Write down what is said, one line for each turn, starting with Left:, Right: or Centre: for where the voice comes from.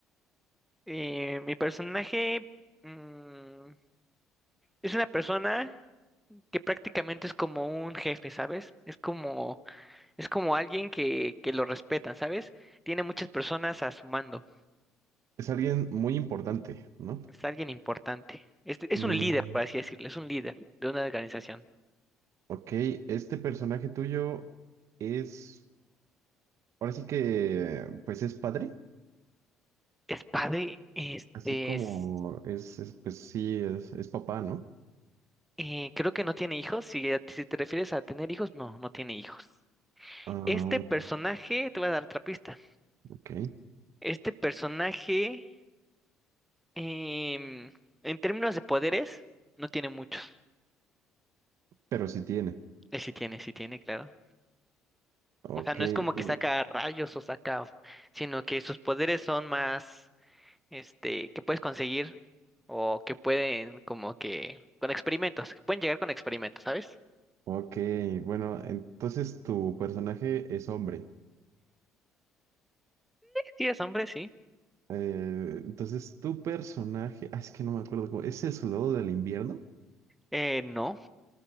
Centre: eh, mi personaje mm, es una persona que prácticamente es como un jefe, ¿sabes? Es como, es como alguien que, que lo respetan, ¿sabes? Tiene muchas personas a su mando.
Right: Es alguien muy importante, ¿no?
Centre: Es alguien importante. Es, es
Right: Mm,
Centre: un líder, por así decirlo, es un líder de una organización.
Right: ok, este personaje tuyo es, ahora sí que, pues es padre,
Centre: Es padre, este,
Right: así como
Centre: es-
Right: es, es, pues sí, es, es papá, ¿no?
Centre: eh, creo que no tiene hijos. Si, a- si te refieres a tener hijos, no, no tiene hijos.
Right: Ah,
Centre: Este personaje, te voy a dar otra pista.
Right: ok,
Centre: Este personaje, em, en términos de poderes, no tiene muchos.
Right: pero sí tiene.
Centre: Eh, sí tiene, sí tiene, claro.
Right: Ok,
Centre: O sea, no es como que
Right: tú,
Centre: saca rayos o saca, sino que sus poderes son más, este, que puedes conseguir o que pueden como que con experimentos, que pueden llegar con experimentos, ¿sabes?
Right: ok, bueno, entonces tu personaje es hombre.
Centre: Sí, es hombre, sí.
Right: Eh, entonces, tu personaje, ah, es que no me acuerdo cómo, ¿es el soldado del invierno?
Centre: Eh, no.